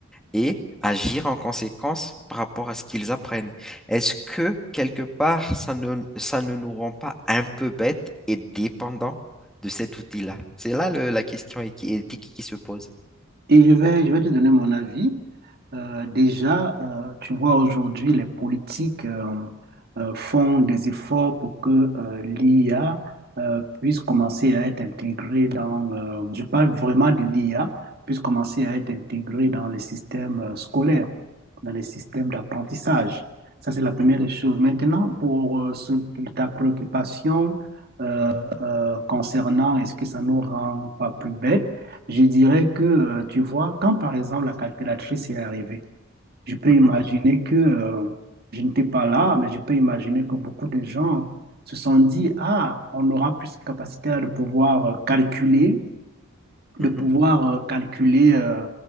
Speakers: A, in the centre; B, on the right.
A: et agir en conséquence par rapport à ce qu'ils apprennent? Est-ce que quelque part, ça ne, ça ne nous rend pas un peu bêtes et dépendants de cet outil-là? C'est là le- la question éthi- éthique qui se pose.
B: Et je vais, je vais te donner mon avis. Euh, déjà, euh, tu vois, aujourd'hui, les politiques euh, euh, font des efforts pour que euh, l'IA euh, puisse commencer à être intégrée dans, euh, je parle vraiment de l'IA, puisse commencer à être intégrée dans les systèmes euh, scolaires dans les systèmes d'apprentissage. Ça, c'est la première
A: Mhm,
B: des choses. Maintenant, pour euh, ce- ta préoccupation euh, euh, concernant est-ce que ça nous rend pas plus bêtes, je dirais que, euh, tu vois, quand par exemple la calculatrice est arrivée, je peux
A: mhm,
B: imaginer que euh, je n'étais pas là, mais je peux imaginer que beaucoup de gens se sont dit, ah, on aura plus de capacité à de pouvoir euh, calculer de
A: mhm,
B: pouvoir euh, calculer euh,